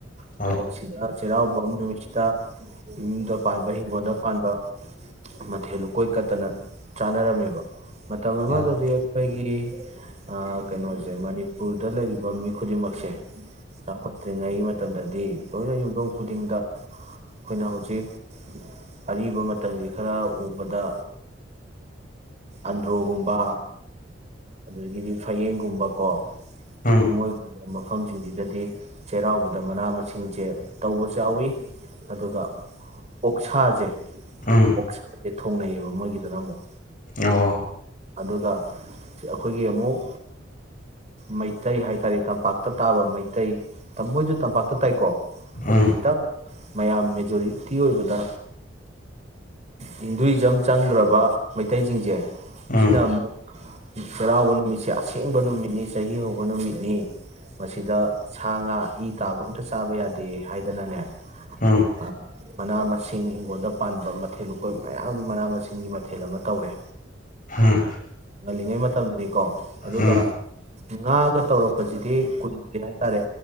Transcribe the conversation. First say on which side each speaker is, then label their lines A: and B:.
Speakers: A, on the left (about 45°); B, on the right (about 35°).
A: ꯑꯥ
B: ꯑꯗꯨꯒ ꯁꯤꯗ ꯆꯩꯔꯥꯎꯕ ꯑꯃ ꯅꯨꯃꯤꯠꯁꯤꯗ ꯌꯃꯨꯡꯗ ꯄꯥꯟꯕ ꯍꯤꯡꯒꯣꯜꯗ ꯄꯥꯟꯕ ꯃꯊꯦꯜ ꯎꯨꯀꯣꯏ ꯀꯠꯇꯅ ꯆꯥꯅꯔꯝꯃꯦꯕ ꯃꯇꯝ ꯑꯃꯗꯗꯤ
A: ꯑꯥ
B: ꯑꯩꯈꯣꯏꯒꯤ ꯀꯩꯅꯣꯁꯦ ꯃꯅꯤꯄꯨꯔꯗ ꯂꯩꯔꯤꯕ ꯃꯤ ꯈꯨꯗꯤꯡꯃꯛꯁꯦ ꯆꯥꯎꯈꯠꯇ꯭ꯔꯤꯉꯩꯒꯤ ꯃꯇꯝꯗꯗꯤ ꯂꯣꯏꯅ ꯌꯨꯝꯊꯣꯡ ꯈꯨꯗꯤꯡꯗ ꯑꯩꯈꯣꯏꯅ ꯍꯧꯖꯤꯛ ꯑꯔꯤꯕ ꯃꯇꯝꯒꯤ ꯈꯔ ꯎꯕꯗ ꯑꯟꯗ꯭ꯔꯣꯒꯨꯝꯕ ꯑꯗꯨꯗꯒꯤꯗꯤ ꯐꯌꯦꯡꯒꯨꯝꯕꯀꯣ
A: ꯎꯝ
B: ꯃꯁ ꯃꯐꯝꯁꯤꯡꯁꯤꯗꯗꯤ ꯆꯩꯔꯥꯎꯕꯗ ꯃꯅꯥ ꯃꯁꯤꯡꯁꯦ ꯇꯧꯕꯁꯨ ꯆꯥꯎꯎꯋꯤ ꯑꯗꯨꯒ ꯑꯣꯛꯁꯥꯁꯦ
A: ꯎꯝ
B: ꯑꯣꯁ ꯊꯣꯡꯅꯩꯌꯦꯕ ꯃꯣꯏꯒꯤꯗꯨꯅ ꯑꯃꯨꯛ
A: ꯑꯣ
B: ꯑꯗꯨꯒ ꯑꯩꯈꯣꯏꯒꯤ ꯑꯃꯨꯛ ꯃꯩꯇꯩ ꯍꯥꯏꯇꯥꯔꯦ ꯇꯝꯄꯥꯛꯇ ꯇꯥꯕ ꯃꯩꯇꯩ ꯃꯣꯏꯁꯨ ꯇꯝꯄꯥꯛꯇ ꯇꯥꯏꯀꯣ ꯐꯗꯣꯇ
A: ꯎꯝ
B: ꯃꯌꯥꯝ ꯃꯦꯖꯣꯔꯤꯇꯤ ꯑꯣꯏꯕꯗ ꯍꯤꯟꯗꯨꯏꯖꯝ ꯆꯪꯈ꯭ꯔꯕ ꯃꯩꯇꯩꯁꯤꯡꯁꯦ
A: ꯎꯝ
B: ꯁꯤꯗꯥꯃꯛ ꯁꯔꯥꯎ ꯅꯨ ꯁꯦ ꯑꯁꯦꯡꯕ ꯅꯨꯃꯤꯠꯅꯤ ꯆꯍꯤ ꯍꯧꯕ ꯅꯨꯃꯤꯠꯅꯤ ꯃꯁꯤꯗ ꯁꯥ ꯉꯥ ꯏ ꯇꯥꯕ ꯑꯝꯇ ꯆꯥꯕ ꯌꯥꯗꯦ ꯍꯥꯏꯅꯗꯥꯏꯅꯦ
A: ꯎꯝ
B: ꯑ ꯃꯅꯥꯃ ꯁꯤꯡ ꯍꯤꯡꯒꯣꯜꯗ ꯄꯥꯟꯕ ꯃꯊꯦꯜ ꯂꯨꯀꯣꯏ ꯃꯌꯥꯝꯒꯤ ꯃꯅꯥ ꯃꯁꯤꯡꯒꯤ ꯃꯊꯦꯜ ꯑꯃ ꯇꯧꯔꯦ
A: ꯎꯝ
B: ꯉꯜꯂꯤꯉꯩ ꯃꯇꯝꯗꯗꯤ ꯀꯣ ꯑꯗꯨꯒ
A: ꯎꯝ
B: ꯉꯥꯒ ꯇꯧꯔꯛ ꯍꯧꯖꯤꯛꯇꯤ ꯀꯨꯏꯗꯦ ꯍꯥꯏꯇꯥꯔꯦ